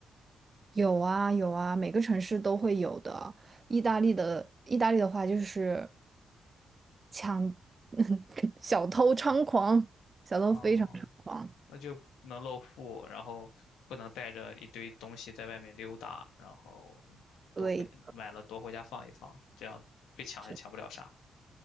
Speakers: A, on the right; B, on the left.
A: 有啊有啊，每个城市都会有的。意大利的意大利的话就是抢，<laughs> 小偷猖狂，小偷非常猖狂。
B: 哦，那就不能露富，然后不能带着一堆东西在外面溜达，然后
A: 对，
B: 多回买了多回家放一放，这样被抢也抢不了啥。
A: 是，